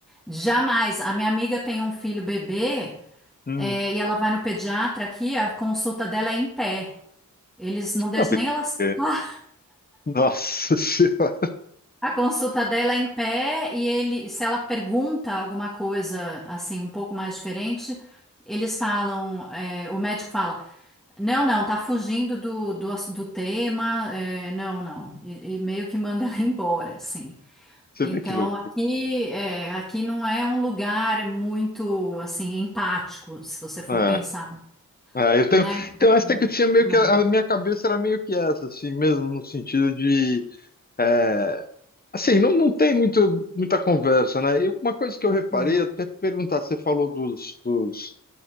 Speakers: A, in the centre; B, on the left.
A: jamais. A minha amiga tem um filho bebê,
B: Hum.
A: é, e ela vai no pediatra aqui, a consulta dela é em pé. Eles não deixam
B: Não, porque-
A: nem ela sentar
B: Nossa <laughs> Senhora.
A: A consulta dela é em pé e ele, se ela pergunta alguma coisa assim um pouco mais diferente, eles falam, é, o médico fala, não, não, tá fugindo do, do, ass- do tema, é, não, não, e, e meio que manda ela <laughs> embora, assim.
B: Você
A: Então
B: vê que louco.
A: aqui, é, aqui não é um lugar muito assim empático, se você for
B: É.
A: pensar,
B: É, eu tenho.
A: né?
B: Então, essa que eu tinha meio
A: Doente.
B: que. A minha cabeça era meio que essa, assim, mesmo, no sentido de. é, Assim, não, não tem muito, muita conversa, né? E uma coisa que eu reparei,
A: Hum.
B: até te perguntar, você falou dos, dos